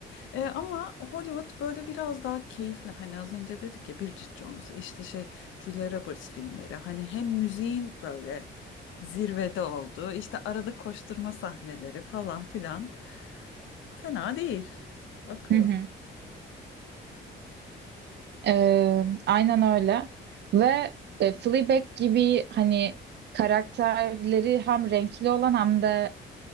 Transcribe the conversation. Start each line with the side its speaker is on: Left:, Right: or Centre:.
Left: E, ama Hollywood böyle biraz daha keyifli. Hani az önce dedik ya Bridget Jones, işte şey Julia Roberts filmleri. Hani hem müziğin böyle zirvede oldu. İşte arada koşturma sahneleri falan filan. Fena değil. Akıyor.
Right: Hı hı. Ee, aynen öyle. Ve e, Fleabag gibi hani karakterleri hem renkli olan hem de